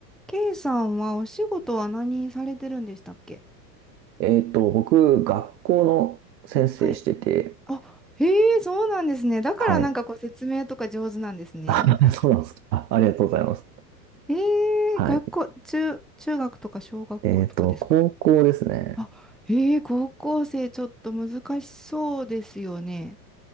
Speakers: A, in the centre; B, on the right.
A: K さんはお仕事は何されてるんでしたっけ
B: えっと、僕、学校の先生してて、
A: はい。あ、へえ、そうなんですね。だからなんかこう説明とか上手なんですね。
B: はい。あ、そうなんですか。あ、ありがとうございます。
A: ええ、
B: はい。
A: 学校、中、中学とか小学校とかですか
B: えっと、高校ですね。
A: あ、ええ、高校生ちょっと難しそうですよね。